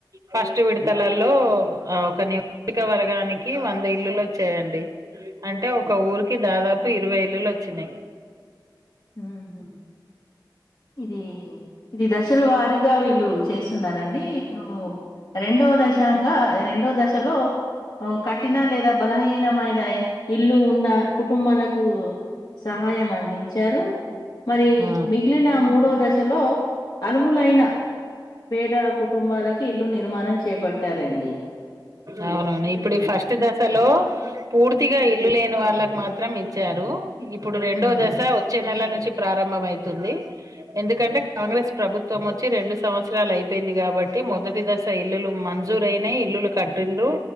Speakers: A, on the right; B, on the left.
A: ఫస్ట్ విడతలలో ఒక నియోజకవర్గానికి వంద ఇల్లులు వచ్చాయండి అంటే ఒక ఊరికి దాదాపు ఇరవై ఇల్లులు వచ్చినాయ్
B: ఊమ్హ్మ్ ఇది ఇది దశల వారిగా వీళ్ళు చేస్తున్నారంండి ఇప్పుడు రెండో దశంగా రెండో దశలో కఠిన లేదా బలహీన ఐనయ్ ఇల్లు ఉన్న కుటుంబాలకు సహాయం అంది చ్చారు మరి
A: ఆ ఆ
B: మిగిలిన మూడో దశలో అర్హులైన పేదల కుటుంబాలకి ఇల్లు నిర్మాణం చేపట్టారండి
A: అవునవును ఇప్పుడు ఈ ఫస్ట్ దశలో పూర్తిగా ఇల్లు లేని వాళ్ళకి మాత్రం ఇచ్చారు ఇప్పుడు రెండో
B: అవును
A: దశ వచ్చే నెల నుం చి ప్రారంభం అయితుంది ఎందుకంటే కాంగ్రెస్ ప్రభుత్వం వచ్చి రెండు సంవత్సరాలు అయిపోయింది కాబట్టి మొదటి దశ ఇల్లులు మం జూర్ అయినాయ్ ఇల్లులు కట్టిండ్రు